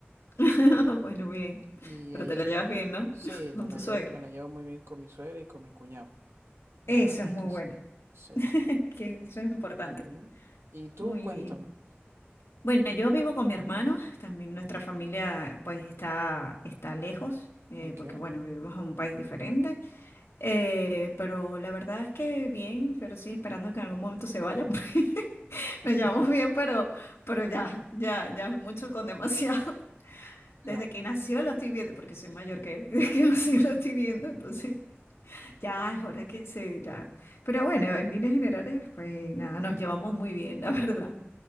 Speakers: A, on the left; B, on the right.
A: <laughs> Bueno, bien.
B: y
A: Pero
B: ella,
A: te la
B: es-
A: llevas bien, ¿no?
B: sí,
A: <laughs>
B: nos
A: Con tu
B: la
A: suegra.
B: llevo, me la llevo muy bien con mi suegra y con mi cuñado. La
A: Eso
B: verdad
A: es muy
B: es que
A: bueno.
B: sí, sí.
A: <laughs> Que eso es importante.
B: ujú. Y tú
A: Muy
B: cuéntame,
A: bien. Bueno, yo vivo con mi hermano. También nuestra familia, pues, está, está lejos, eh,
B: ¿ok?
A: porque, bueno, vivimos en un país diferente. Eh, pero la verdad es que bien, pero sí esperando que en algún momento se vaya, porque <laughs>
B: <laughs>
A: nos llevamos bien, pero, pero ya, ya, ya es mucho con demasiado. <laughs>
B: Claro,
A: Desde que nació lo estoy viendo, porque soy mayor que él, <laughs> desde que nació lo estoy viendo, entonces <laughs> ya es hora que se, ya. Pero bueno, en líneas generales, pues nada, nos llevamos muy bien, la <laughs> verdad.